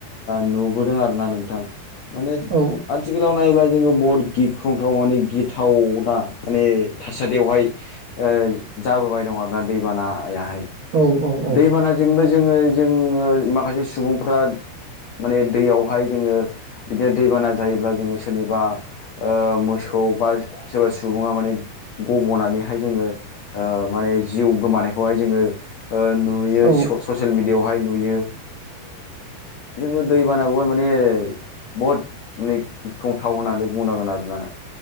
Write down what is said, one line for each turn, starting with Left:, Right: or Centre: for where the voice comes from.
Left: नुबोदों आरो ना नोंथां माने
Right: औ
Left: आथिखालाव नायोब्ला जोङो बहुत गिख्रंथाव माने गिथावना माने थासदियावहाय जाबोबाय दं आरोना दैबानाहाय
Right: औ-औ
Left: दैबानाजोंबो जोङो जोङो माखासे सुबुंफ्रा माने दैयावहाय जोङो बिदिनो दैबाना जायोब्ला जोङो सोरनिबा मोसौ बा सोरबा सुबुङा माने गब'नानैहाय जोङो माने जिउ गोमानायखौहाय जोङो नुयो
Right: औ
Left: ससियेल मि दियावहाय नुयो जोङो दै बानाखौहाय माने बहुद माने गिख्रंथाव होननानै बुंनांगोन आरो ना